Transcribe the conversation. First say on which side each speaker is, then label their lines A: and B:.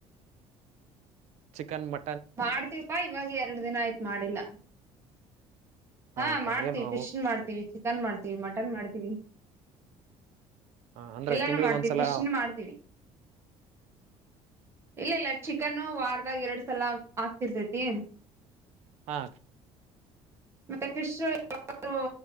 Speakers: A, on the right (about 70°); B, on the right (about 20°).
A: ಚಿಕನ್ ಮ.
B: ಮಾಡ್ತೀವಪಾ ಇವಾಗ ಎರಡು ದಿನ ಆಯ್ತು ಮಾಡಿಲ್ಲ. ಹಾ
A: ಅಕ್ಕ
B: ಮಾಡ್ತೀವಿ
A: ಏನು ಅವು
B: ಫಿಶ್ ಮಾಡ್ತೀವಿ ಚಿಕನ್ ಮಾಡ್ತೀವಿ ಮಟನ್ ಮಾಡ್ತೀವಿ.
A: ಹ ಅಂದ್ರೆ
B: ಎಲ್ಲಾನು
A: ತಿಂಗಳಿಗೆ
B: ಮಾಡ್ತೀವಿ
A: ಒಂದ್ಸಲ
B: ಫಿಶ್ನ್ ಮಾಡ್ತೀವಿ.
A: <inaudible>
B: ಇಲ್ಲ ಇಲ್ಲ ಚಿಕನ್ ವಾರ್ದಾಗ ಎರಡ್ ಸಲ ಆಗ್ತಿರ್ತತಿ.
A: ಹಾ.
B: ಮತ್ತೆ ಫಿಶ್ <unintelligible>